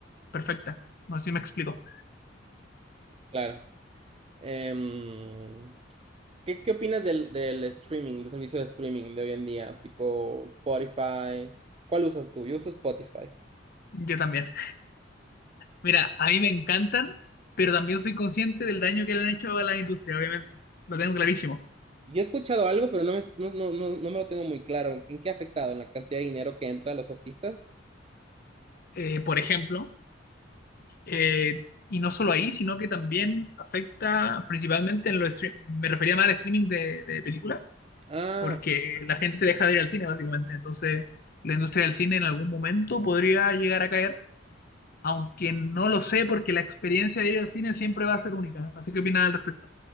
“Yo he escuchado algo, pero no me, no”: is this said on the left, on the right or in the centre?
Right